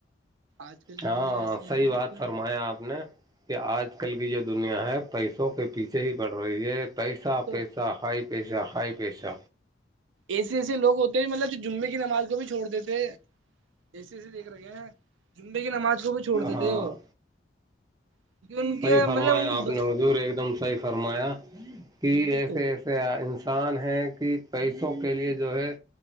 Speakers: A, on the right; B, on the right.
A: آج کل کی
B: ہاں
A: دنیا ایسی
B: صحیح
A: ہے نا جو
B: بات
A: مطلب
B: فرمایا آپ نے کہ آج آج کل کی جو دنیا ہے پیسوں کے پیچھے ہی پڑ رہی ہے پیسہ
A: تو
B: پیسہ ہائپ پیسہ ہائی پیسہ
A: ایسے ایسے لوگ ہوتے ہیں مطلب جو جمعے کی نماز کو بھی چھوڑ دیتے ایسے ایسے دیکھ رکھے ہیں جمبے کی نماز کو بھی چھوڑ دی
B: ہاں
A: تھے وہ کیونکہ ان کے
B: صحیح فرمایا
A: مطلب ان کو
B: آپ نے حضور ایک دم صحیح فرمایا کہ
A: جی وہی
B: ایسے
A: تو
B: ایسے ان انسان ہے کہ پیسوں کے لیے جو ہے